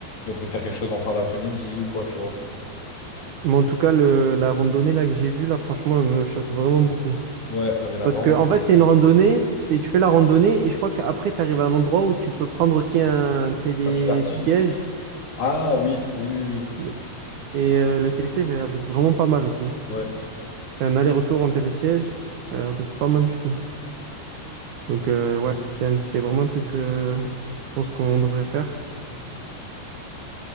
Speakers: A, on the left; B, on the right.
A: Et on peut faire quelque chose en fin d'après-midi ou quoi, tu vois.
B: Mais en tout cas, le, la randonnée là que j'ai vue, là, franchement, elle me chauffe vraiment beaucoup.
A: Ouais, elle avait la
B: Parce
A: vraiment
B: que, en
A: bien.
B: fait, c'est une randonnée, c'est, tu fais la randonnée et je crois qu'après, tu arrives à un endroit où tu peux prendre aussi un télésiège.
A: Pas du karting. Ah oui, oui, oui, oui.
B: Le- Et euh, le télésiège a l'air d'être vraiment pas mal aussi.
A: Ouais.
B: C'est un aller-retour en télésiège, ça a l'air d'être pas mal du tout. Donc, euh, ouais, c'est un- c'est vraiment un truc, euh, je pense qu'on devrait faire.